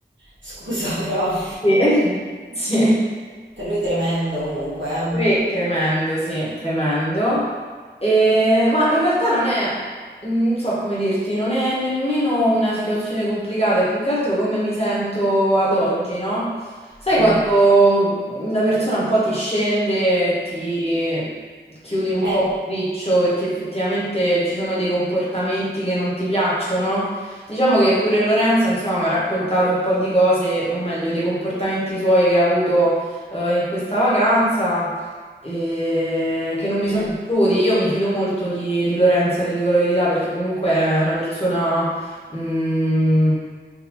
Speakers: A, on the right; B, on the left.
A: Scusa però, <laughs>
B: <laughs> Sì.
A: te- lui è tremendo comunque, eh.
B: Lui- Tremendo, sì, tremendo.
A: Vabbè.
B: E- ma in realtà non è, non so come dirti, non è nemmeno una situazione complicata, è più che altro come mi sento ad oggi, no? Sai
A: Mm.
B: quando una persona un po' ti scende, ti chiudi un
A: Eh,
B: po' il riccio perché effettivamente ci sono dei comportamenti che non ti piacciono? Diciamo che pure Lorenza, insomma, mi ha raccontato un po' di cose, o meglio, dei comportamenti suoi che ha avuto eh, in questa vacanza e che non mi
A: mm,
B: sono piaciuti. Io mi fido molto di, di Lorenza, ti dico la verità, perché comunque è una persona mh,